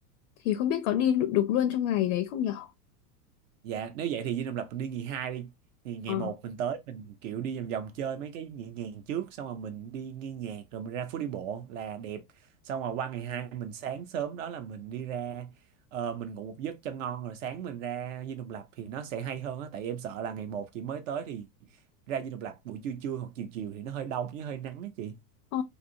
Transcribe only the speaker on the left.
thì không biết có đi đu- được luôn trong ngày đấy không nhở?
Ờ,
ờ,